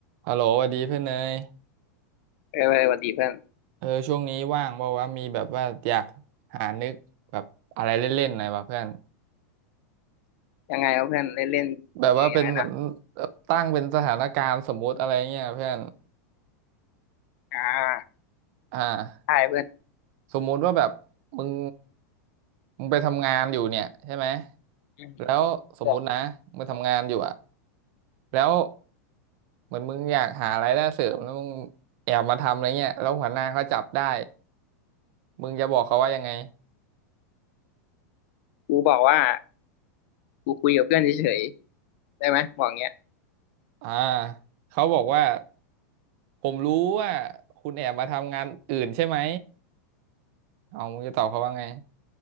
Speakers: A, on the right; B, on the left.
A: ฮัลโหลสวัสดีเพื่อนเนย
B: เออเออสวัสดีเพื่อน
A: เออช่วงนี้ว่างบอกว่าวะมีแบบว่าอยากหานึกแบบอะไรเล่นๆหน่อยวะเพื่อน
B: ยังไงวะเพื่อนเล่นเล่นคือยังไงนะ
A: แบบว่าเป็นเหมือนตั้งเป็นสถานการณ์สมมุติอะไรเงี้ยเพื่อน
B: อ่า
A: อ่า
B: ใช่เพื่อน
A: สมมุติว่าแบบมึงมึงไปทำงานอยู่เนี่ยใช่ไหม
B: อืม
A: แล้วสมมุตินะมึงไปทำงานอยู่อะ
B: บอก
A: แล้วเหมือนมึงอยากหารายได้เสริมแล้วมึงแอบมาทำอะไรเงี้ยแล้วหัวหน้าเขาจับได้มึงจะบอกเขาว่ายังไง
B: กูบอกว่ากูคุยกับเพื่อนเฉยๆได้ไหมบอกเงี้ย
A: อ่าเขาบอกว่า ผมรู้ว่าคุณแอบมาทำงานอื่นใช่ไหมเอามึงจะตอบเขาว่าไง